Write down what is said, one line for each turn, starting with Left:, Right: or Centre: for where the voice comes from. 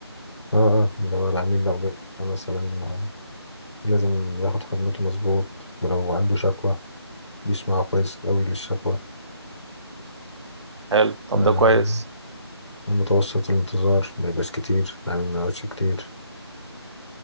Left: اه اه اللي هو العميل لو جه مثلا آه، لازم ياخد خدمته مظبوط ولو عنده شكوى بيسمع كويس قوي للشكوى
Right: حلو طب
Left: آه
Right: ده كويس
Left: ومتوسط الانتظار ما يبقاش كتير يعني ما يقعدش كتير